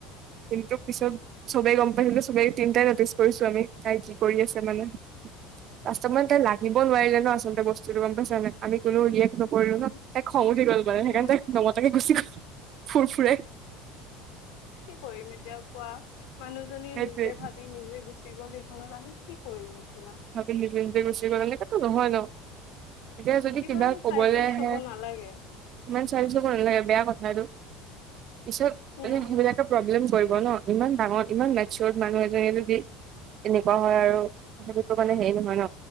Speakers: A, on the right; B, on the left.
A: কিন্তু পিছত চবেই গম পাই হেনো চবেই তিনিটাই নটিচ কৰিছো আমি তাই কি কৰি আছে মানে। লাষ্টত মানে তাই লাগিব নোৱাৰিলে ন আচলতে বস্তুটো গম পাইছ নাই, আমি কোনো উলিয়াই নকৰিলো
B: উম
A: ন। তাইৰ খং উঠি গ'ল মানে, সেইকাৰণে
B: উম
A: তাই নমতাকে গুচি গ'ল ফুৰ ফুৰাই।
B: কি কৰিম এতিয়া কোৱা? মানুহজনীয়ে
A: সেইটোৱে
B: নিজে ভাবি নিজে গুচি গ'ল সেইখনত আমি কি কৰিম এতিয়া?
A: ভাবিলোঁ নিজে নিজে গুচি গল, সেনেকাতো নহয় ন। এতিয়া যদি
B: ইমানো
A: কিবা কবলৈ
B: চাইল্ডিছ
A: আহে
B: হ'ব নালাগে।
A: ইমান চেলফিছ হ'ব নালাগে বেয়া কথা সেইটো। পিছত এ
B: উম
A: সেইবিলাকে প্ৰব্লেম কৰিব ন ইমান ডাঙৰ ইমান মেচুৰত মানুহ এজনে যদি এনেকুৱা হয় আৰু সেইটো মানে হেৰি নহয় ন,